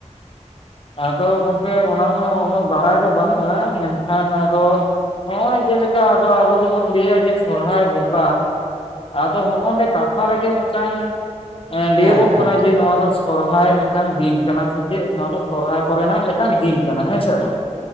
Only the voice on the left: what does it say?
ᱟᱫᱚ ᱜᱚᱝᱠᱮ ᱚᱱᱟ ᱦᱚᱸ ᱩᱱᱟᱹᱜ ᱵᱟᱲᱟᱭ ᱫᱚ ᱵᱟᱹᱱᱩᱜᱼᱟ ᱾ ᱮᱱᱠᱷᱟᱱ ᱟᱫᱚ ᱦᱚᱜᱚᱭ ᱡᱮᱞᱮᱠᱟ ᱟᱫᱚ ᱟᱵᱚ ᱫᱚᱵᱚᱱ ᱞᱟᱹᱭᱟ ᱡᱮ ᱥᱚᱨᱚᱦᱟᱭ ᱵᱚᱸᱜᱟ ᱟᱫᱚ ᱦᱚᱜᱚᱱᱰᱮ ᱠᱟᱛᱷᱟ ᱨᱮᱜᱮ ᱢᱤᱫᱴᱟᱝ ᱞᱟᱹᱭᱟᱹᱜᱚᱜ
ᱠᱟᱱᱟ
ᱡᱮ ᱱᱚᱣᱟ ᱫᱚ ᱥᱚᱨᱦᱟᱭ ᱢᱤᱫᱴᱟᱝ ᱫᱤᱱ ᱠᱟᱱᱟ ᱥᱮ ᱪᱮᱫ ᱱᱚᱣᱟ ᱫᱚ ᱥᱚᱨᱦᱟᱭ ᱠᱚᱨᱮᱱᱟᱜ ᱢᱤᱫᱴᱟᱝ ᱫᱤᱱ ᱠᱟᱱᱟ ᱦᱮᱸ ᱥᱮ ᱵᱟᱝ?